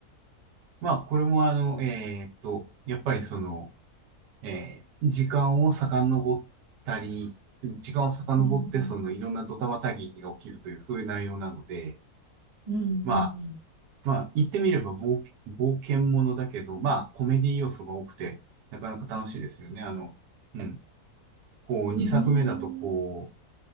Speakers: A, on the right; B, on the right.
A: まあ、これもあの、えーっと、やっぱりその、えー時間を遡ったり、時間を遡って、
B: うんうん。
A: その、いろんなドタバタ劇が起きるという、そういう内容なので、
B: うんう
A: まあ、
B: ん
A: まあ、言ってみれば冒険、冒険ものだけど、まあ、コメディ要素が多くて、なかなか楽しいですよね。あの、うん。こう、2作目だと、
B: うん。
A: こう、